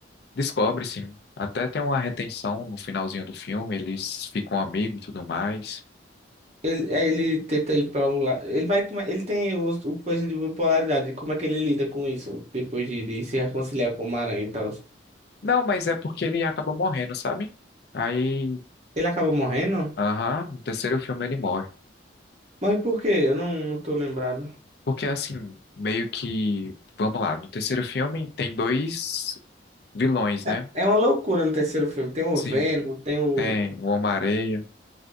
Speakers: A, on the left (about 55°); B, on the right (about 35°).
A: Descobre, sim. Até tem uma retenção no finalzinho do filme, eles ficam amigos e tudo mais.
B: Ele, aí ele tenta ir pra um lado. Ele vai, tomar- ele tem o, o coisa de bipolaridade. Como é que ele lida com isso depois de, de se reconciliar com o Maranhão e tal?
A: Não, mas é porque ele acaba morrendo, sabe? Aí,
B: Ele acaba morrendo?
A: aham, no terceiro filme ele morre.
B: Mas por quê? Eu não, não tô lembrado.
A: Porque assim, meio que, vamos lá, no terceiro filme tem dois vilões, né?
B: É, é uma loucura no terceiro filme. Tem o
A: Sim,
B: Venom, tem o.
A: tem o Homem-Aranha